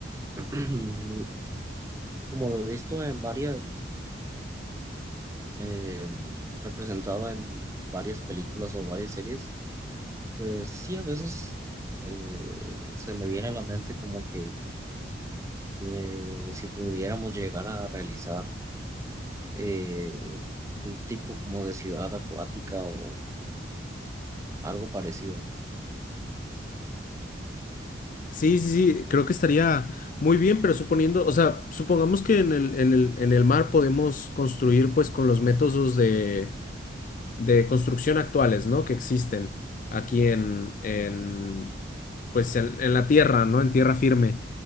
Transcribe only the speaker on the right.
<clears throat> como lo he visto en varias, eh, representado en varias películas o varias series, pues sí, a veces eh, se me viene a la mente como que eh, si pudiéramos llegar a realizar eh, un tipo como de ciudad acuática o algo parecido.